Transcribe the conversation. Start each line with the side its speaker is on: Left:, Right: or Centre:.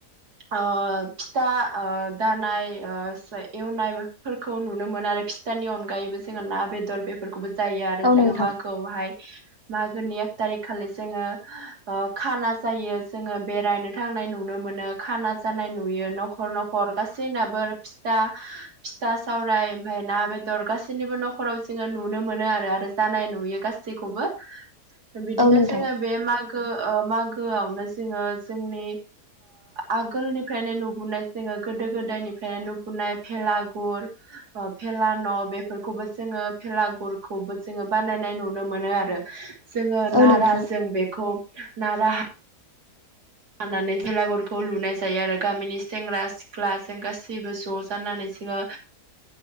Right: ओ फिथा दानाय एवनाय बेफोरखौ नुनो मोनो आरो फिथानि अनगायैबो जोङो ना बेदर बेफोरखौबो जायो आरो
Left: औ
Right: जोङो
Left: नोंथां
Right: मागोआवहाय मागोनि एक थारिख खालि जोङो खाना जायो जोङो बेरायनो थांनाय नुनो मोनो खाना जानाय नुयो न'खर न'ख खर गासैनाबो फिथा फिथा सावराय ओमफ्राय ना बे दर गासैनिबो न'खराव जोङो नुनो मोनो आरो आरो जानाय नुयो गासैखौबो बिदिनो
Left: औ नोंथां
Right: जोङो बे मागो मागोआवनो जोङो जोंनि आगोलनिफ्रायनो नुबोनाय जोङो गोदो गोदायनिफ्रायनो नाय भेलागुर ओ भेला न' बेफोरखौबो जोङो भेलागुरखौबो जोङो बानायनाय नुनो मोनो आरो जोङो
Left: औ
Right: नारा
Left: नोंथां
Right: जों बेखौ नारा हानानानै जेलागुरखौ लुनाय जायो आरो गामिनि सेंग्रा सिख सिख्लाजों गासैबो ज' जानानै जोङो